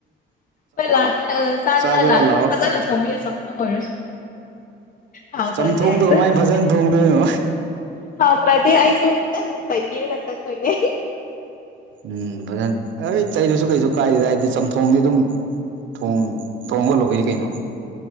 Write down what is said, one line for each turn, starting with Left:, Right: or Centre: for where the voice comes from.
Left: ꯍꯣꯏ ꯂꯥꯛꯀꯦ ꯑꯥ ꯆꯥꯅꯤꯉꯥꯏ
Right: ꯆꯥꯒꯦꯔ
Left: ꯂꯥꯛꯀꯦ
Right: ꯂꯥꯛꯑꯣ
Left: ꯐꯖꯅ ꯊꯣꯡꯕꯤꯌꯣ ꯆꯝꯊꯣꯡ ꯑꯣꯏꯔꯁꯨ ꯍꯥꯎꯇ꯭ꯔꯗꯤ
Right: ꯆꯝꯊꯣꯡꯗꯣ
Left: ꯑꯩꯁꯨ
Right: ꯀꯃꯥꯏꯅ ꯐꯖꯅ
Left: ꯑꯩ
Right: ꯊꯣꯡꯗꯣꯏꯅꯣ
Left: <unintelligible>
Right: ꯎꯝ ꯐꯖꯅ ꯑꯩ ꯆꯩꯔꯁꯨ ꯀꯩꯁꯨ ꯀꯥꯏꯗꯦꯗ ꯍꯥꯏꯗꯤ ꯆꯝꯊꯣꯡꯗꯤ ꯑꯗꯨꯝ ꯊꯣꯡ ꯊꯣꯡꯉ ꯂꯣꯏꯔꯦ ꯀꯩꯅꯣ